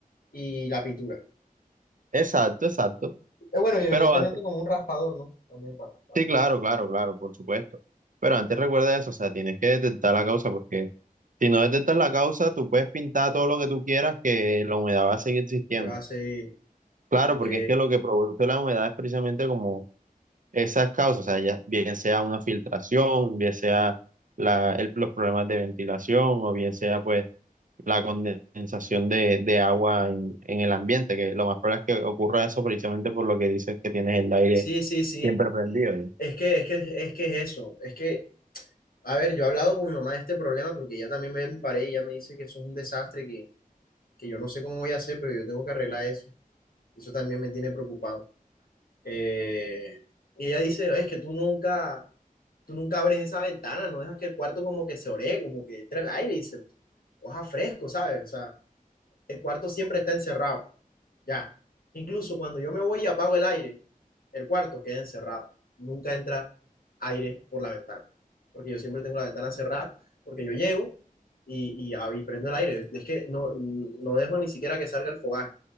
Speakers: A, on the left; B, on the right.
A: Y la pintura.
B: Exacto, exacto.
A: Eh, bueno, y evidentemente
B: Pero antes
A: como un raspador, ¿no? También para raspar
B: Sí,
A: bien
B: claro,
A: el fútbol.
B: claro, claro, por supuesto. Pero antes recuerda eso, o sea, tienes que detectar la causa, porque si no detectas la causa, tú puedes pintar todo lo que tú quieras, que la humedad va a seguir existiendo.
A: ¿Qué va a seguir?
B: Claro,
A: Ok.
B: porque es que lo que produce la humedad es precisamente como esas causas, o sea, ya, bien sea una filtración, bien sea la, el- los problemas de ventilación, o bien sea pues la condensación de, de agua en, en el ambiente, que lo más probable es que ocurra eso precisamente por lo que dices que tienes el aire
A: Sí, sí, sí.
B: siempre prendido.
A: Es que, es que, es que es eso. Es que, a ver, yo he hablado con mi mamá de este problema porque ella también me, me paré y ella me dice que eso es un desastre, que, que yo no sé cómo voy a hacer, pero yo tengo que arreglar eso. Eso también me tiene preocupado. Eh, y ella dice, es que tú nunca, tú nunca abres esa ventana, no dejas que el cuarto como que se ore, como que entre el aire y se coja fresco, ¿sabes? O sea, el cuarto siempre está encerrado, ya. Incluso cuando yo me voy y apago el aire, el cuarto queda encerrado. Nunca entra aire por la ventana, porque yo siempre tengo la ventana cerrada, porque yo llego y, y, ab- y prendo el aire. Es que no, no dejo ni siquiera que salga el fogaje.